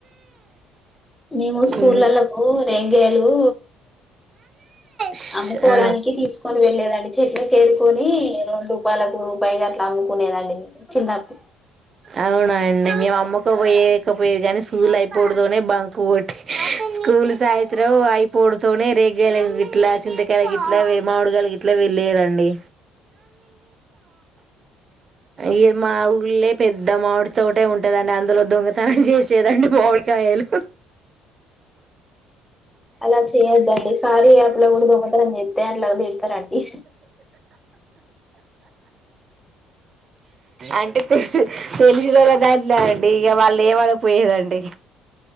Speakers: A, in the centre; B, on the right (about 35°).
A: మేము స్కూల్లలో
B: ఉమ్
A: ఓ నే <unintelligible> లూ
B: ష్,
A: అమ్ముకోడానికి
B: ఆ
A: తీసుకొని వెళ్ళలేదండి. చెట్లకు ఏరుకొనీ రెండు రూపాయలకు, రూపాయి గట్ అమ్ముకునేదండి చిన్నప్పు
B: అవునా అండి. మేము అమ్ముక పోయేకపొయేది కాని. స్కూల్ అయిపోవుడుతోనే బంక్ కొట్టి స్కూల్ సాయత్ర్రం అయిపోడుతోనే రేగగాయలు గిట్లా, చింతకాయలు గిట్లా, మామిడికాయలు గిట్లా వెళ్లేదండి. ఈ మా ఊళే పెద్ ద్ద మామిడి తోటే ఉంటదండి, అందులో దొంగతనం చేసేదండి మామిడికాయలు.
A: అలా చేయొద్దండి కారీ యాప్ లో కూడా దొంగతనం చేత్తే అట్ల తిడతరండి.
B: అంటే తె తెలిసినోళ్ళ దాంట్ల అండీ. ఇగ వాళ్ళు ఏమనక్ పోయేదండి.